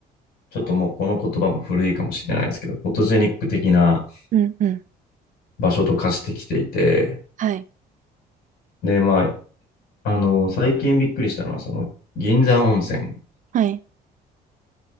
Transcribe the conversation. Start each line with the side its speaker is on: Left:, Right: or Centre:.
Left: ちょっともうこの言葉も古いかもしれないですけど、フォトジェニック的な
Right: うん。うん。
Left: 場所と化してきていて、
Right: はい。
Left: で、まあ、あの、最近びっくりしたのは、その、銀山温泉
Right: はい。